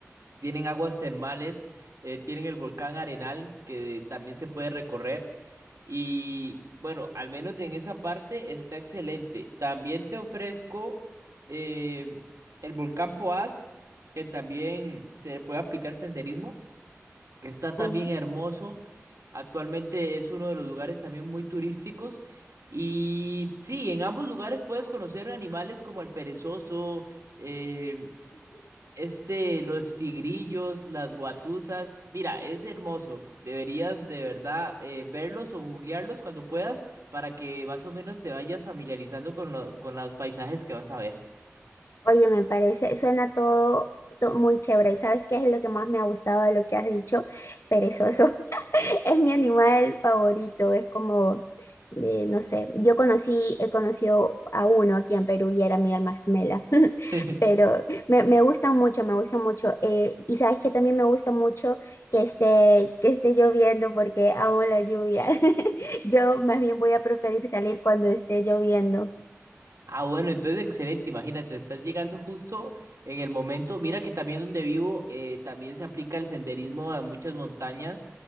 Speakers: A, on the right; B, on the left.
A: tienen aguas termales, eh, tienen el volcán Arenal que también se puede recorrer y bueno, al menos en esa parte está excelente. También te ofrezco eh, el volcán Poás que también te puede aplicar senderismo que está también
B: Mm.
A: hermoso. Actualmente es uno de los lugares también muy turísticos. Y sí, en ambos lugares puedes conocer animales como el perezoso, eh, este, los tigrillos, las guatusas. Mira, es hermoso. Deberías de verdad eh, verlos o googlearlos cuando puedas para que más o menos te vayas familiarizando con lo- con los paisajes que vas a ver.
B: Oye, me parece, suena todo, to- muy chévere. ¿Sabes qué es lo que más me ha gustado de lo que has dicho? Perezoso. <laughs> Es mi animal favorito. Es como, eh, no sé, yo conocí, he conocido a uno aquí en Perú y era mi alma gemela. <laughs>
A: <laughs>
B: Pero me, me gustan mucho, me gustan mucho. Eh, y sabes que también me gusta mucho que esté, que esté lloviendo porque amo la lluvia. <laughs> Yo más bien voy a preferir salir cuando esté lloviendo.
A: Ah, bueno, entonces excelente, imagínate, estás llegando justo en el momento. Mira que también donde vivo eh, también se aplica el senderismo a muchas montañas